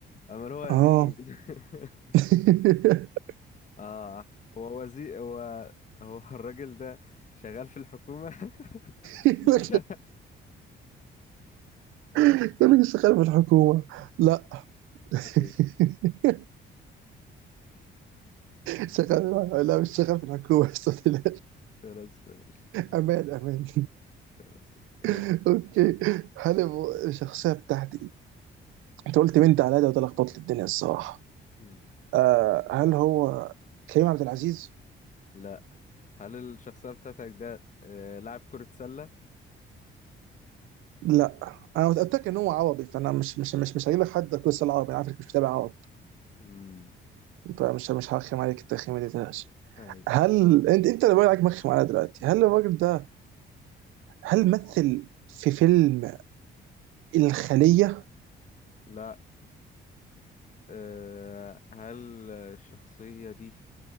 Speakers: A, on the left (about 40°); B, on the right (about 85°).
A: امال هو
B: آه
A: مين <laughs>
B: <laughs>
A: اه هو وزير هو هو <laughs> الراجل ده شغال في الحكومة
B: يقول
A: <laughs>
B: لك شغال في الحكومة لا
A: ماشي
B: <laughs> شغال لا مش شغال في الحكومة <laughs> أستاذ
A: خلاص ماشي
B: أمان أمان
A: خلاص يلا.
B: <laughs> أوكي هل هو الشخصية بتاعتي أنت قلت مين ده على ده وده لخبط لي الدنيا الصراحة
A: مم.
B: آه هل هو كريم عبد العزيز؟
A: لا هل الشخصية بتاعتك ده آه لاعب كرة سلة؟
B: لا انا متاكد ان هو عربي فانا مش مش مش مش هجيب لك حد كويس العربي انا عارفك مش متابع عرب
A: امم
B: فمش مش هرخم عليك التخيمه دي تلاش
A: ايوه
B: هل انت انت اللي بالك مخ معانا دلوقتي هل الراجل ده هل مثل في فيلم الخلية؟
A: لاعب آه، هل الشخصية دي